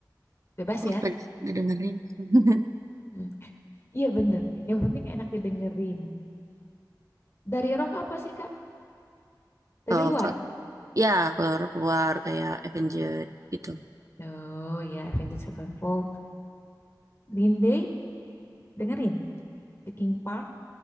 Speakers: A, on the left (about 35°); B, on the right (about 45°).
A: bebas
B: Aku
A: ya
B: udah udah dengerin. <laughs>
A: Mm. Iya bener. Yang penting enak didengerin. Dari rock apa sih Kak? Dari
B: Oh,
A: luar?
B: ke, ya kalau rock luar kayak Avenger gitu.
A: Oh ya, Avenged Sevenfold, Green Day, dengerin. The King Park,